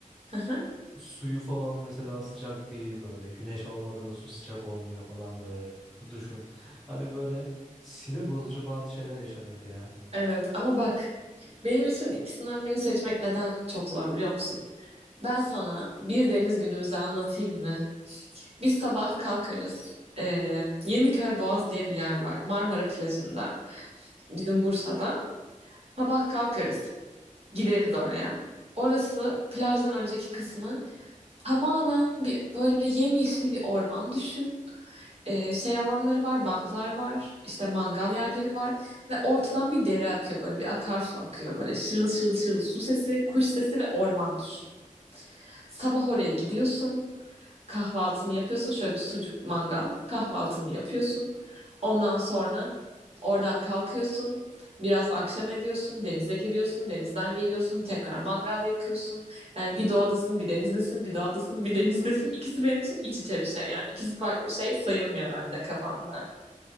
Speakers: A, on the right; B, in the centre.
A: Hı hı.
B: Suyu falan mesela sıcak değil böyle. Güneş olmadığında su sıcak olmuyor falan böyle. Bu duşun. <laughs> Hani böyle sinir bozucu bazı şeyler yaşanıyordu ya.
A: Evet ama bak benim için ikisinden birini seçmek neden çok zor biliyor musun? Ben sana bir deniz günümüzü anlatayım mı? Biz sabah kalkarız. Ee, Yeniköy Boğaz diye bir yer var. Marmara plajında. Bizim Bursa'da. Sabah kalkarız. Gideriz oraya. Orası plajdan önceki kısmı tamamen bir böyle yemyeşil bir orman düşün. Ee, şey alanları var, banklar var, işte mangal yerleri var ve ortadan bir dere akıyor böyle bir akarsu akıyor böyle şırıl şırıl şırıl su sesi, kuş sesi ve orman düşün. Sabah oraya gidiyorsun. kahvaltını yapıyorsun. Şöyle bir sucuk mangal kahvaltını yapıyorsun. Ondan sonra oradan kalkıyorsun. Biraz akşam ediyorsun, denize giriyorsun, denizden geliyorsun, tekrar mangal yakıyorsun. Yani bir doğadasın, bir denizdesin, bir doğadasın, bir denizdesin. İkisi benim için iç içe bir şey. Yani ikisi farklı şey sayılmıyor bende kafamda.